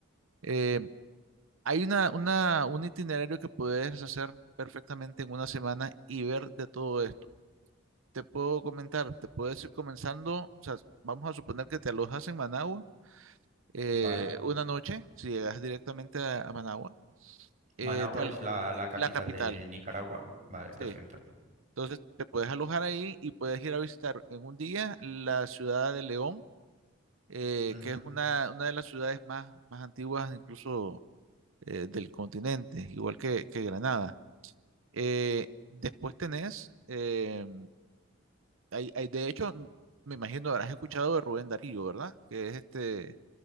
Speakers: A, on the right; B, on the right.
A: Eh, Hay una, una, un itinerario que puedes hacer perfectamente en una semana y ver de todo esto. Te puedo comentar, te puedes ir comenzando, o sea, vamos a suponer que te alojas en Managua eh,
B: Vale.
A: una noche, si llegas directamente a, a Managua, eh,
B: Managua
A: te al-
B: es la, la capital
A: la capital,
B: de Nicaragua. Vale, perfecto.
A: sí. Entonces te puedes alojar ahí y puedes ir a visitar en un día la ciudad de León, eh,
B: Ujú.
A: que es una, una de las ciudades más, más antiguas incluso eh, del continente, igual que que Granada. Eh, después tenés, eh, hay, hay- de hecho, n- me imagino habrás escuchado de Rubén Darío, ¿verdad? Que es este,